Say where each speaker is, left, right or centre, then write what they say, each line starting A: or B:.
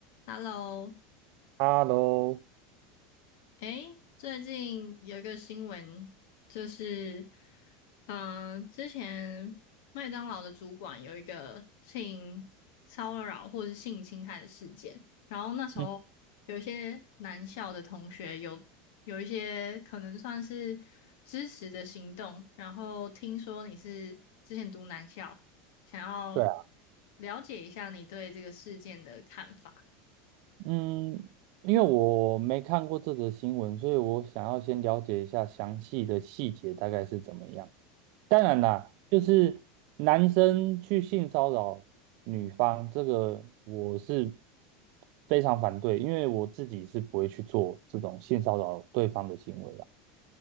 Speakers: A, on the left; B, on the right.
A: Hello，
B: Hello，
A: 诶，最近有一个新闻，就是，嗯、之前麦当劳的主管有一个性骚扰或是性侵害的事件，然后那时候有一些男校的同学有有一些可能算是支持的行动，
B: 嗯
A: 然后听说你是之前读男校，想要
B: 对啊，
A: 了解一下你对这个事件的看法。
B: 嗯，因为我没看过这则新闻，所以我想要先了解一下详细的细节大概是怎么样。当然啦，就是男生去性骚扰女方，这个我是非常反对，因为我自己是不会去做这种性骚扰对方的行为啊